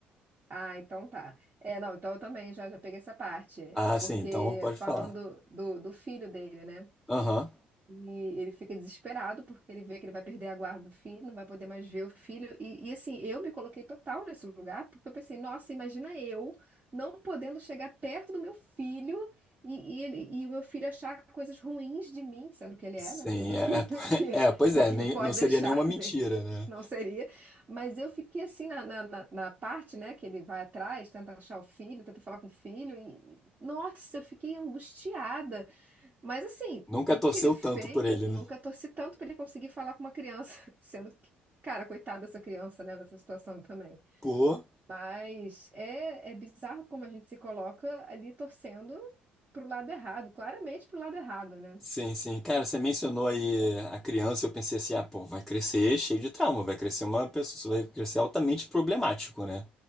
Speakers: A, on the right (about 35°); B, in the centre.
A: Ah, então tá. É, não, então eu também já, já peguei essa parte,
B: Ah,
A: porque
B: sim, então pode
A: falando
B: falar.
A: do, do filho dele, né?
B: Aham,
A: E ele fica desesperado porque ele vê que ele vai perder a guarda do filho, não vai poder mais ver o filho. E, e, assim, eu me coloquei total nesse lugar, porque eu pensei, nossa, imagina eu não podendo chegar perto do meu filho e, e ele, e o meu filho achar coisas ruins de mim, sendo que ele
B: sim,
A: é, né? Tudo aquilo
B: é,
A: <laughs> que,
B: é, <laughs> é, pois
A: que
B: é,
A: o filho
B: nem-
A: pode
B: não seria
A: achar
B: nenhuma mentira,
A: <laughs> dele,
B: né?
A: não seria. Mas eu fiquei assim na, na, na na parte, né, que ele vai atrás, tenta achar o filho, tenta falar com o filho, e nossa, eu fiquei angustiada. Mas assim,
B: Nunca
A: tudo
B: torceu
A: que ele fez,
B: tanto por ele,
A: nunca
B: né?
A: torci tanto pra ele conseguir falar com uma criança, <laughs> sendo que, cara, coitada dessa criança, né, nessa situação também.
B: Pô,
A: Mas é, é bizarro como a gente se coloca ali torcendo pro lado errado, claramente pro lado errado, né?
B: Sim, sim. Cara, você mencionou aí a criança, eu pensei assim, ah, pô, vai crescer cheio de trauma, vai crescer uma pessoa, vai crescer altamente problemático, né?